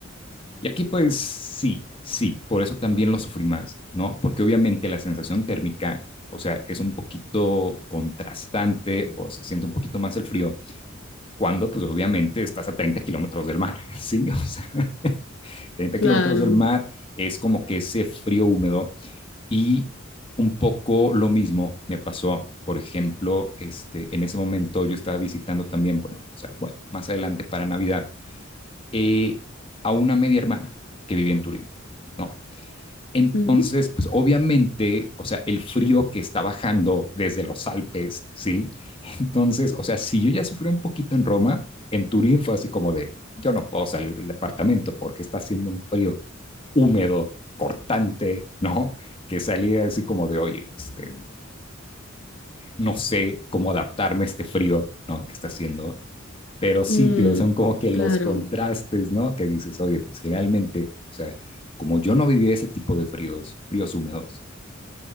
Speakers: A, on the left; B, on the left.
A: Y aquí pues sí, sí, por eso también lo sufrí más, ¿no? Porque obviamente la sensación térmica, o sea, es un poquito contrastante o se siente un poquito más el frío cuando pues obviamente estás a 30 kilómetros del mar, <laughs> ¿sí? O sea, <laughs> 30
B: claro.
A: kilómetros del mar es como que ese frío húmedo y un poco lo mismo me pasó, por ejemplo, este, en ese momento yo estaba visitando también, bueno, o sea, bueno, más adelante para Navidad, eh, a una media hermana que vivía en Turín, ¿no? Entonces,
B: Ujú.
A: pues obviamente, o sea, el frío que está bajando desde los Alpes, ¿sí? <laughs> Entonces, o sea, si yo ya sufrí un poquito en Roma, en Turín fue así como de, yo no puedo salir del departamento porque está haciendo un frío húmedo, cortante, ¿no? Que salía así como de, oye, este, no sé cómo adaptarme a este frío, ¿no? Que está haciendo. Pero sí,
B: Mm,
A: tío, son como que los
B: claro.
A: contrastes, ¿no? Que dices, oye, pues generalmente, o sea, como yo no viví ese tipo de fríos, fríos húmedos.